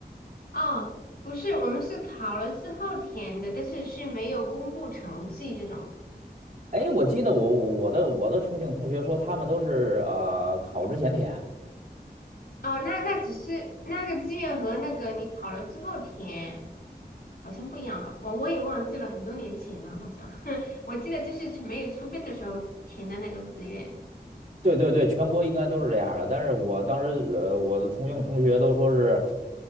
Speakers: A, on the left; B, on the right.
A: 哦，不是，我们是考了之后填的，但是是没有公布成绩这种。
B: 哎，我记得我我我的我的重庆同学说，他们都是呃考之前填，
A: 哦，那那只是那个志愿和那个你考了之后填，好像不一样吧？我我也忘记了，很多年前了，好像 <laughs> 我记得就是没有出分的时候填的那个志愿。
B: 对对对，全国应该都是这样儿的。但是我当时，呃，我的重庆同学都说是